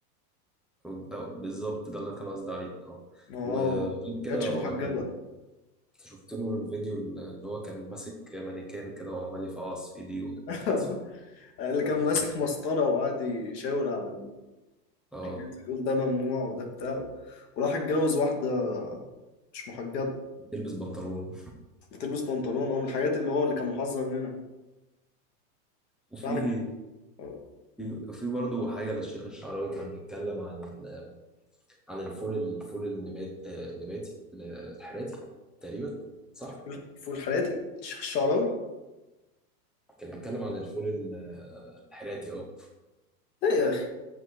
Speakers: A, in the centre; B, on the left (about 85°).
A: هو- أو بالظبط ده اللي أنا كان قصدي عليه اه
B: اه
A: وغير
B: ما
A: كده
B: كانتش
A: هو
B: محجبه
A: كان شفت له الفيديو اللي هو كان ماسك مانيكان كده وعمال يفعص في ايديه ويفعص
B: <laughs>
A: في
B: اللي كان
A: ايديه
B: ماسك مسطرة وقعد يشاور على
A: اه
B: الحاجات يقول ده ممنوع وده بتاع وراح اتجوز واحدة مش محجبة
A: يلبس بنطلون
B: بتلبس بنطلون اه من الحاجات اللي هو اللي كان محذر منها
A: وفي
B: راح اتج- اه.
A: في في برضه حاجة للشيخ الشعراوي كان بيتكلم عن ال- عن الفول الفول النبات آه، النباتي الحراتي تقريبا صح؟
B: الفول الفول حراتي الشيخ الشعراوي
A: كان بيتكلم عن الفول ال- الحراتي اه
B: ايه يا اخي